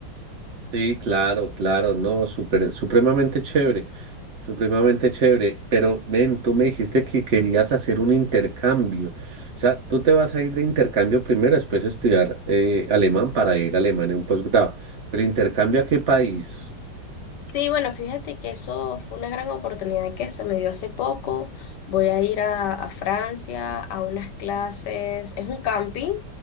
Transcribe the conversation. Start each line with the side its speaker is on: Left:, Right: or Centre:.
Right: Sí, claro, claro, no, súper, supremamente chévere, supremamente chévere. Pero ven, tú me dijiste que querías hacer un intercambio. O sea, tú te vas a ir de intercambio primero, después estudiar eh, alemán para ir a Alemania en un posgrado. Pero intercambio ¿a qué país?
Left: Sí, bueno, fíjate que eso fue una gran oportunidad que se me dio hace poco. Voy a ir a, a Francia a unas clases, es un camping,